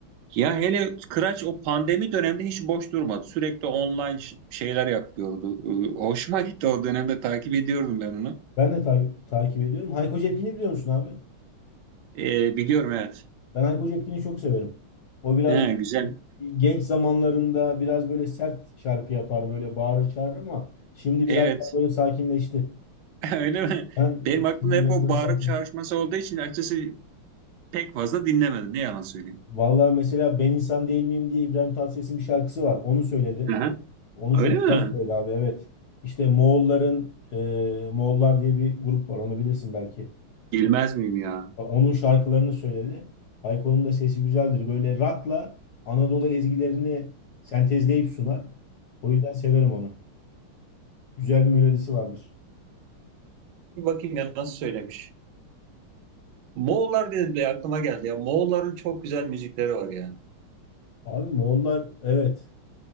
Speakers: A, on the right; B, on the left.
A: Ya hele Kıraç o pandemi döneminde hiç boş durmadı. Sürekli online ş- şeyler yapıyordu. Ee, Hoşuma gitti o dönemde takip ediyordum ben onu.
B: Ben de ta- takip ediyorum. Hayko Cepkin'i biliyor musun abi?
A: Ee, biliyorum evet.
B: Ben Hayko Cepkin'i çok severim. O biraz
A: He, güzel.
B: genç zamanlarında biraz böyle sert şarkı yapar, böyle bağırır çağırır ama şimdi
A: Evet.
B: biraz daha böyle sakinleşti.
A: <laughs> Öyle mi?
B: Ha,
A: Benim aklımda
B: şimdi
A: hep
B: biraz
A: o
B: daha
A: bağırıp
B: sakinleşti.
A: çağrışması olduğu için açıkçası pek fazla dinlemedim. Ne yalan söyleyeyim.
B: Vallahi mesela ben insan değil miyim diye İbrahim Tatlıses'in bir şarkısı var. Onu söyledi.
A: Aha,
B: Onu
A: öyle
B: çok
A: mi?
B: güzel söyledi abi evet. İşte Moğolların e, Moğollar diye bir grup var onu bilirsin belki.
A: Bilmez
B: E,
A: miyim ya?
B: Onun şarkılarını söyledi. Hayko'nun da sesi güzeldir. Böyle rock'la Anadolu ezgilerini sentezleyip sunar. O yüzden severim onu. Güzel bir melodisi vardır.
A: Bir bakayım ya nasıl söylemiş. Moğollar dedi de aklıma geldi ya. Moğolların çok güzel müzikleri var ya.
B: Abi Moğollar evet.